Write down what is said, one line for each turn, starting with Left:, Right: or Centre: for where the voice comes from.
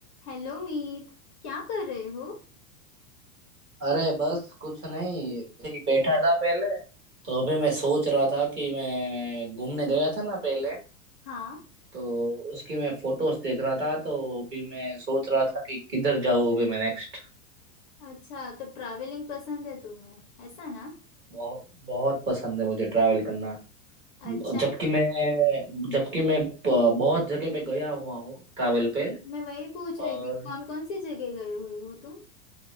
Left: हेलो मीत क्या कर रहे हो
Right: अरे बस कुछ नहीं ऐसे ही बैठा था पहले तो अभी मैं सोच रहा था कि मैं घूमने गया था ना पहले
Left: हाँ
Right: तो उसकी मैं फोटोज देख रहा था तो अभी मैं सोच रहा था कि किधर जाऊँ अभी मैं नेक्स्ट
Left: अच्छा तो ट्रैवलिंग पसंद है तुम्हें ऐसा ना
Right: बहुत बहुत पसंद है मुझे ट्रैवल करना
Left: अच्छा
Right: जबकि
Left: तो
Right: मैं जबकि मैं प- बहुत जगह पे गया हुआ हूँ ट्रैवल पे
Left: मैं वही पूछ रही
Right: और
Left: थी कौन कौन सी जगह गए हुए हो तुम